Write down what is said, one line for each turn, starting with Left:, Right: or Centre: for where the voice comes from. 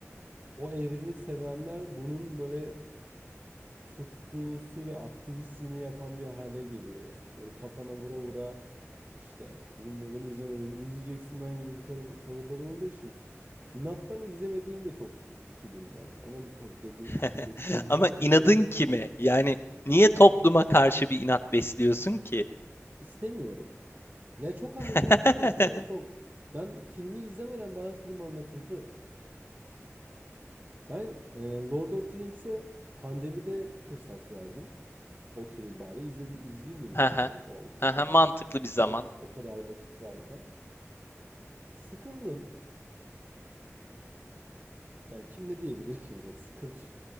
Right: o evreni sevenler bunun böyle tutkusu ve aktivistliğini yapan bir hale geliyor. Böyle kafana vura vura işte oğlum neden izlemedin izleyeceksin lan gibi bir tar- tavırları olduğu için inattan izlemediğim de çok film var. Ama de- tabii dediğim
Left: <laughs>
Right: de- dediğim
Left: Ama
Right: filmleri
Left: inadın
Right: de izlerim.
Left: kime? Yani niye topluma karşı bir inat besliyorsun ki?
Right: istemiyorum. Ya çok anlatıldı
Left: <laughs>
Right: çünkü ya çok ben filmi izlemeden bana film anlatıldı. Ben e, Lord of the Rings'e pandemide fırsat verdim. Oturayım bari izledi, izleyeyim dedim
Left: He
Right: yani.
Left: he.
Right: O, o
Left: He
Right: kadar
Left: he, mantıklı bir zaman.
Right: o, o kadar vakit varken. Sıkıldım. Yani kim ne diyebilir ki buna? Sıkıldım.